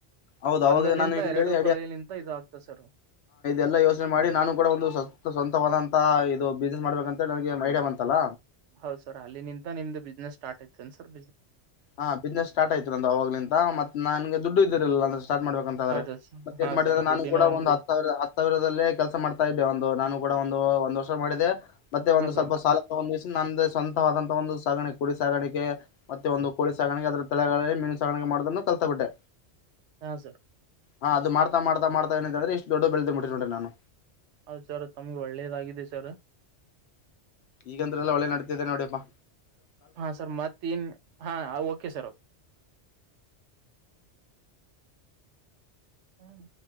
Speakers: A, on the left; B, on the right.
A: ಹೌದು ಅವಾಗ
B: ಒಂದರನಂತ
A: ನಾನು ಹಿಂಗ
B: ಎರಡು
A: ಹೇಳಿ
B: ಕಳೆಯಲಿಂತ ಇದದುಾಗಗ್ತ ಸರ್
A: ಎಲ್ಲ ಯೋಚನೆ ಮಾಡಿ ನಾನು ಕೂಡ ಒಂದು ಸ್ವಂತವಾದಂತಹ ಇದು ಬಿಸ್ನೆಸ್ ಮಾಡ್ಬೇಕಂತ ನನಗೆ ಐಡಿಯಾ ಬಂತಲ್ಲ
B: ಹೌದು ಸರ್ ಅಲ್ಲಿ ನಿಂತ ನಿಮ್ದು ಬಿಸ್ನೆಸ್ ಸ್ಟಾರ್ಟ್ಯಐತ ಸರ್್
A: ಹಾ ಬಿಸ್ನೆಸ್ ಸ್ಟಾರ್ಟ್ ಆಯ್ತು ಅಂದ ಅವಾಗ್ಲಂತ ಮತ್ತತ್ ನನ್ಗೆ ದುಡ್ಡು ಇದ್ದಿರಲ್ಲ ಅ ಸ್ಟಾರ್ಬೇಕಂತ್ರ
B: ಹೌದ ಸರ್
A: ಮತ್ತೆ
B: ಹಾ
A: ಮಾಡ್ರೆ
B: ಸರ್
A: ನಾನು
B: ದುಡ್ಡಿನ
A: ಕೂಡ ಒಂದು ಹ ಸಾವಿರ ಹ ಸಾವಿರಲ್ಲೇ ಕೆಲಸ ಮಾಡ್ತಾ ಇದ್ದೆ ಒಂದು ನಾನು ಕೂಡ ಒ ಒಂದ ವರ್ಷ ಮಾಡಿದೆ ಮತ್ತೆ
B: ಹಾ
A: ಒಂದು ಸ್ವಲ್ಪ
B: ಸರ್
A: ಸಾಲ ತಗ ನನ್ನ ಸ್ವಂತವಾದಂತ ಒಂದು ಸಾಗಣೆ ಕುಡಿ ಸಾಗಾಣಿಕೆ ಮೆ ಒಂದು ಕೋಳಿ ಸಾಗಾಣೆ ಅದ್ರ ತಲೆಗಳಲ್ಲಿ ಮೀನು ಸಾಗಾಣಿಕೆ ಮಾಡೋುದನ್ನು ಕಲ್ತಾ ಬಿಿಟ್ಟೆ
B: ಹಾ ಸರ್
A: ಹಾ ಅದು ಮಾಡ್ತಾ ಮಾಡತಾ ಮಾಡತಾಏನ ಅಂದ್ರ ಇಷ್ಟು ದಡ್ಡ ಬೆಳೆ್ಟ್ಟಿ ನೋಡಿ ನಾನು
B: ಹೌದು ಸರ್ ತಮ್ಗೆ ಒಳ್ಳೇದಾಗಿದೆ ಸರ್
A: ಈಗಂದ್ರೆಲ್ಲಾ ಒಳ್ಳೆ ನಡೆತಿದಿದ್ದಾರೆ ನೋಡ್ಯಪ್ಪಾ
B: ಹಾ ಸರ್ ಮತ್ತನ್ ಹಾ ಓಕೆ ಸರ್ ಹ್ಮ್